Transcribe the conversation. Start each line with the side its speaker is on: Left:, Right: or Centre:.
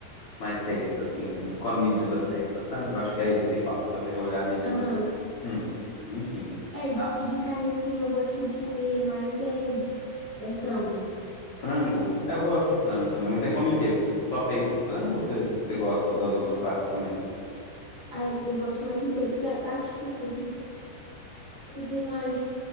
Left: mais certa, assim, com a medida certa, sabe? Eu acho que é isso que falta, eu olhar a medida.
Right: Aham.
Left: Hum, Enfim.
Right: É, de-
Left: Ah,
Right: e de carne assim, eu gosto de comer mais é, é frango.
Left: frango? Eu gosto de frango também. Mas você come o quê? Só peito de frango ou você, você gosta das outras partes também?
Right: Aí eu, eu gosto mais do peito, que a- acho que o peito você tem mais